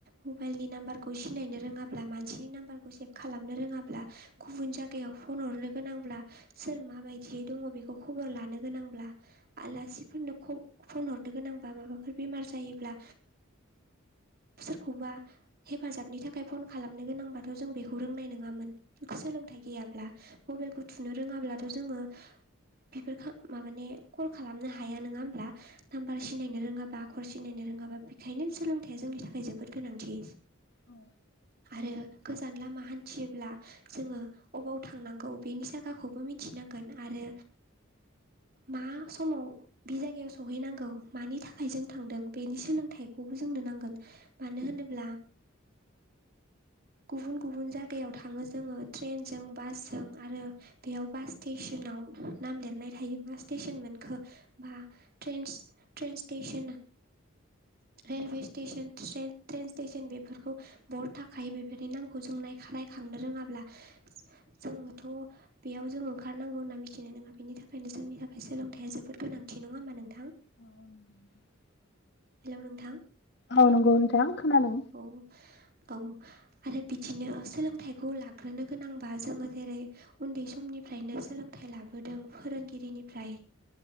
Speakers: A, on the right; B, on the left.
A: मबाइलनि नाम्बारखौ सिनायनो रोङाब्ला मानसिनि नाम्बारखौ सेभ खालामनो रोङाब्ला गुबुन जायगायाव फन हरनो गोनांब्ला सोर माबायदियै दंङ बेखौ खबर लानो गोनांब्ला आलासि फोरनो फन हरनो गोनांबा माबाफोर बेमार जायो ब्ला सोरखौबा हेफाजाबनि थाखाय फन खालामनो गोनांबाथ' जों बेखौ रोंनाय नङामोन सोलोंथाइ गैयाब्ला मबाइलखौ थुनो रोङाब्लाथ' जोङो बेफोर माबानि कल खालामनो हाया नङा होमब्ला नाम्बार सिनायनो रोङाबा सिनायनो रोङाबा बेखायनो सोलोंथाइया जोंनि थाखाय जोबोद गोनांथि
B: औ
A: ओ गोजान लामा हान्थियोब्ला जोङो अबाव थांनांगौ बेनि जायगाखौबो मिथिनांगोन आरो मा समाव बे जायगायाव सहैनांगौ मानि थाखाय जों थांदों बेनि सोलोंथायखौबो जोंनो नांगोन मानो होनोब्ला गुबुन गुबुन जायगायाव थाङो जोङो ट्रेनजों बासजों आरो बेयाव बास स्टेसन आव नाम लिरनाय थायोबा स्टेसन मोनखो बा ट्रेन स्टेसन रेलवे स्टेसन ट्रे ट्रेन स्टेसन बेफोरखौ बरड थाखायो बेफोरनि नामखौ जों नायखा नायखांनो रोङाब्ला जोङोथ' बेयाव जों ओंखारनांगौ होनना मिथिनाय नङा बेनि थाखायनो जोंनि थाखाय सोलोंथाइया जोबोद गोनां थि नङा होमबा नोंथां?
B: <unintelligible>
A: हेल' नोंथां।
B: औ नंगौ नोंथां खोनादों।
A: औ औ आरो बिदिनो सोलोंथाइखौ लाग्रोनो गोनांबा जोङो जेरै उन्दै समनि निफ्रायनो सोलोंथाइ लाबोदों फोरोंगिरिनिफ्राय